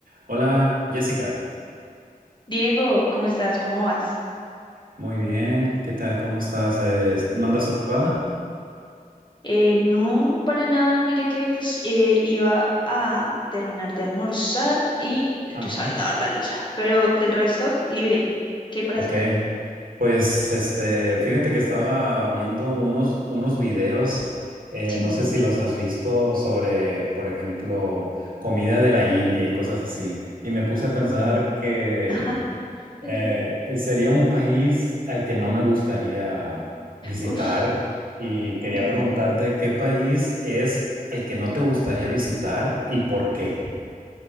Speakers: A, on the right; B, on the left.
A: Hola, Jessica.
B: Diego, ¿cómo estás? ¿Cómo vas?
A: Muy bien, ¿qué tal? ¿Cómo estás? Eh, ¿no andas ocupada?
B: Eh, no, para nada. Mira que pues eh, iba a terminar de almorzar y
A: Ajá.
B: tú sabes lavar la losa, pero del resto libre. ¿Qué hay para
A: Ok,
B: hacer?
A: pues este, fíjate que estaba viendo unos, unos videos, eh,
B: Sí,
A: no sé si los has visto, sobre, por ejemplo, comida de la India y cosas así. Y me puse a pensar
B: ok. <laughs>
A: que
B: Ajá.
A: eh,
B: Okay.
A: eh, sería un país al que no me gustaría visitar
B: Ush,
A: y
B: ok.
A: quería preguntarte qué país es al que no te gustaría visitar y por qué.